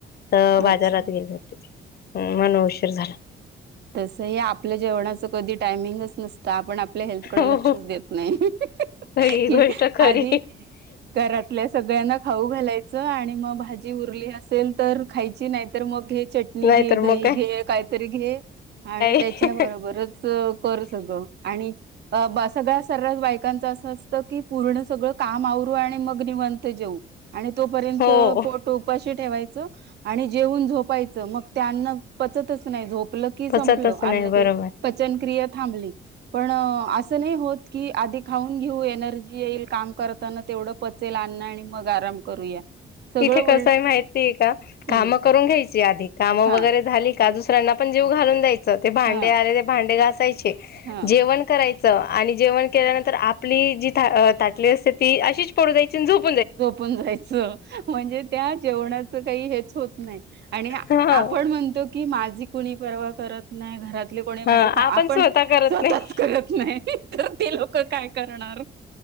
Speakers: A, on the left; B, on the right.
A: तर बाजारात
B: अच्छा
A: गेले होते मन उशीर झाला.
B: तस हे आपल्या जेवणाच कधी टायमिंगच नसतं आपण आपल्या हेल्थ कड लक्षच
A: हो हो.
B: देत नाही
A: ही
B: की
A: गोष्ट खरी
B: आधी घरातल्या सगळ्यांना खाऊ घालायचं आणि मग भाजी उरली असेल तर खायची नाही तर मग घे चटणी
A: नाहीतर
B: घे दही
A: मग काय
B: घे काहीतरी घे आणि त्याच्या
A: काय
B: बरोबरच कर सगळं आणि अ बा सगळ्या सर्व बायकांच असं असतं की पूर्ण सगळं काम आवरू आणि मग निवांत जेऊ आणि तोपर्यंत
A: हो
B: पोट उपाशी ठेवायचं आणि जेवून झोपायचं मग त्यांना पचतच नाही झोपलं की संपलं
A: पचतच नाही
B: अन्नाचे
A: बरोबर
B: पचनक्रिया थांबली पण असं नाही होत की आधी खाऊन घेऊ एनर्जी येईल काम करताना तेवढं पचेल अन्न आणि मग आराम करूया सगळं
A: इथे
B: उलट
A: कसं आहे माहितीय का
B: हम्म
A: कामं करून घ्यायची आधी काम
B: हा
A: वगैरे झाली का दुसऱ्यांना पण जीव घालून द्यायच ते भांडे
B: हा
A: आलेले ते भांडे घासायचे
B: हा
A: जेवण करा च आणि जेवण केल्यानंतर आपली जी ताटली असते ती अशीच पडू द्यायची आणि झोप
B: झोपून जायचं म्हणजे त्या जेवणाचं काही हेच होत नाही आणि
A: ह
B: आपण म्हणतो की माझी कुणी पर्वा करत नाही घरातले कोणी
A: ह
B: माझे काय आपण
A: स्वतः करत
B: स्वतःच
A: नाही
B: करत नाही तर ते लोक काय करणार?